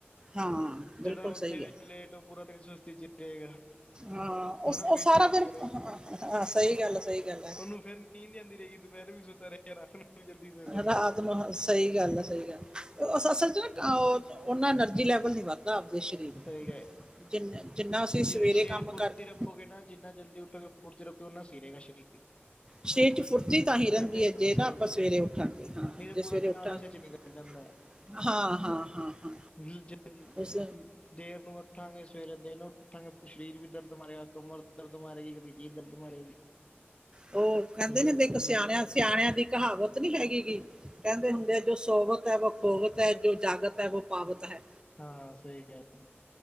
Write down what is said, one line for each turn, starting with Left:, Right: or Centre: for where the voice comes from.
Right: ਹਾਂ।
Left: ਜਿਹੜਾ
Right: ਬਿਲਕੁਲ ਸਹੀ
Left: ਉੱਠੇ ਵੀ
Right: ਹੈ
Left: ਲੇਟ ਉਹ ਪੂਰਾ ਦਿਨ ਸੁਸਤੀ ਚ ਹੀ ਰਹੇਗਾ।
Right: ਹਾਂ ਉਹ
Left: ਨਾ ਕੋਈ
Right: ਉਹ ਸਾਰਾ
Left: ਕੰਮ
Right: ਫਿਰ
Left: ਕਰੇ
Right: ਹਾਂ ਸਹੀ ਗੱਲ ਏ ਸਹੀ ਗੱਲ ਹੈ
Left: ਉਹਨੂੰ ਫਿਰ ਨੀਂਦ ਆਉਂਦੀ ਰਹੇਗੀ, ਦੁਪਹਿਰੇ ਵੀ ਸੁੱਤਾ ਰਹੇਗਾ, ਰਾਤ ਨੂੰ ਵੀ ਜਲਦੀ ਸੌ ਜੇਗਾ
Right: ਰਾਤ
Left: ਉਹ।
Right: ਸਹੀ ਗੱਲ ਸਹੀ ਗੱਲ ਉਸ ਅਸਲ 'ਚ ਨਾ ਉਹਨਾ ਐਨਰਜੀ ਲੈਵਲ ਨੀ ਵਦਾ। ਵੱਧਦਾ <unintelligible> ਆਪਦੇ ਸਰੀਰ ਨੂੰ
Left: ਸਹੀ ਹੈ
Right: ਜਿੰਨਾ ਜਿੰਨਾ ਅਸੀਂ ਸਵੇਰੇ
Left: ਜਿੰਨੀ ਸਰੀਰ
Right: ਕੰਮ
Left: ਫੁਰਤੀ
Right: ਕਰਦੇ
Left: ਰੱਖੋਗੇ ਨਾ ਜਿੰਨਾ ਜਲਦੀ ਉਠੋਗੇ ਉਹਨਾਂ ਸੀ ਰੇਗਾ ਸ਼ਰੀਰ
Right: ਸਰੀਰ ਚ ਫੁਰਤੀ ਤਾਂ ਹੀ ਰਹਿੰਦੀ
Left: ਤੇ
Right: ਹੈ ਜੇ
Left: ਸਹੀ
Right: ਨਾ ਆਪਾਂ
Left: ਕਿਹਾ
Right: ਸਵੇਰੇ ਉੱਠਾਂਗੇ ਹਾਂ
Left: ਨਹੀਂ ਤੇ
Right: ਜੇ
Left: ਪੂਰਾ
Right: ਸਵੇਰੇ
Left: ਦਿਨ
Right: ਉੱਠਾਂਗੇ।
Left: ਆਲਸ ਵਿੱਚ ਨਿਕਲ ਜਾਂਦਾ ਹੈ
Right: ਹਾਂ, ਹਾਂ, ਹਾਂ, ਹਾਂ, ਹਾਂ
Left: ਲ-
Right: ਉਸ।
Left: ਜੇ ਦੇਰ ਨੂੰ ਉੱਠਾਂਗੇ। ਸਵੇਰੇ ਦੇਰ ਨੂੰ ਉੱਠਾਂਗੇ ਸਰੀਰ ਵੀ ਦਰਦ ਮਾਰੇਗਾ, ਕਮਰ ਵੀ ਦਰਦ ਮਾਰੇਗੀ, ਕਦੀ ਜੀਭ ਦਰਦ ਮਾਰੇਗੀ।
Right: ਉਹ ਕਹਿੰਦੇ
Left: ਗਰਦਨ
Right: ਨੀ ਹੁੰਦੇ ਇੱਕ ਸਿਆਣਿਆਂ
Left: ਦਰ-
Right: ਸਿਆਣਿਆਂ ਦੀ ਕਹਾਵਤ ਨੀ ਹੈਗੀ ਗੀ ਕਹਿੰਦੇ ਹੁੰਦੇ ਹੈ, ਜੋ ਸੋਵਤ ਹੈ ਵੋ ਖੋਵਤ ਹੈ ਜੋ ਜਾਗਤ ਹੈ ਵੋ ਪਾਵਤ ਹੈ।
Left: ਹਾਂ ਹਾਂ ਸਹੀ ਕਹਿ ਰਹੇ